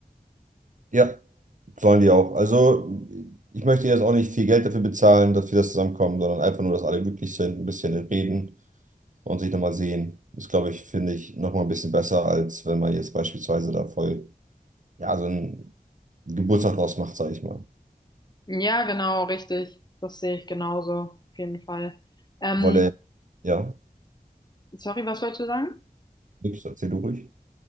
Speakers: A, on the right; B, on the left.
A: Ja, sollen die auch. Also ich möchte jetzt auch nicht viel Geld dafür bezahlen, dass wir das zusammenkommen, sondern einfach nur, dass alle glücklich sind, ein bisschen reden. und sich nochmal sehen. Ist, glaube ich, finde ich, nochmal ein bisschen besser, als wenn man jetzt beispielsweise da voll, ja, so einen Geburtstag draus macht, sage ich mal.
B: Ja, genau, richtig. Das sehe ich genauso, auf jeden Fall. Ähm,
A: Wolle, ja,
B: sorry, was wolltest du sagen?
A: nix, erzähl du ruhig.